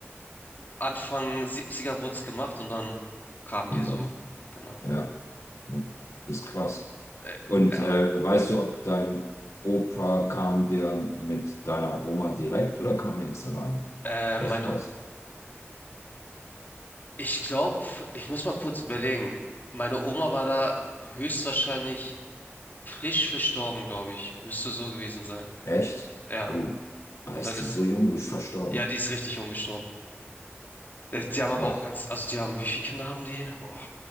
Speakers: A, on the left (about 40°); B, on the left (about 75°).
A: Anfang 70er wurde es gemacht und dann kamen
B: Und
A: die so,
B: dann,
A: genau.
B: ja, ja, ist krass.
A: Äh,
B: Und
A: ja.
B: äh, weißt du, ob dein Opa kam, der mit deiner Oma direkt oder kam er erst allein?
A: Äh, meine,
B: Weißt du das?
A: ich glaube, ich muss mal kurz überlegen. Meine Oma war da höchstwahrscheinlich frisch verstorben, glaube ich. Müsste so gewesen sein.
B: Echt?
A: Ja.
B: Oh, ah,
A: Und
B: ist
A: dann ist,
B: die so jung, ist verstorben.
A: ja, die ist richtig jung gestorben. Äh, Die haben aber
B: Ach,
A: auch ganz, also die haben, wie viele Kinder haben die? Boah,